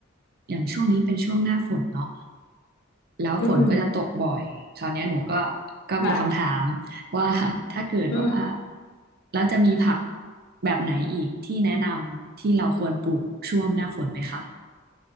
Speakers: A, on the right; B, on the left.
A: อย่างช่วงนี้เป็นช่วงหน้าฝนเนาะแล้วฝนก็จะตกบ่อยคราวเนี้ยหนูก็
B: อืม
A: ก็มีคำถาม
B: ค่ะ
A: ว่า <laughs> ถ้าเกิดว่า
B: อืม
A: แล้วจะมีผักแบบไหนอีกที่แนะนำที่เราควรปลูกช่วงหน้าฝนไหมคะ